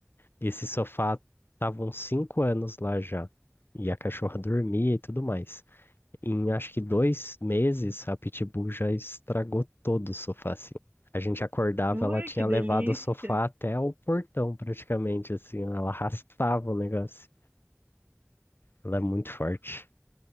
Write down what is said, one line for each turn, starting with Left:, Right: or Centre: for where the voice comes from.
Left: Esse sofá tava uns cinco anos lá já, e a cachorra dormia e tudo mais. Em acho que dois meses, a Pitbull já estragou todo o sofá, assim. A gente acordava,
Right: Ui,
Left: ela tinha
Right: que delícia!
Left: levado o sofá até o portão, praticamente, assim. Ela <laughs> arrastava o negócio. Ela é muito forte.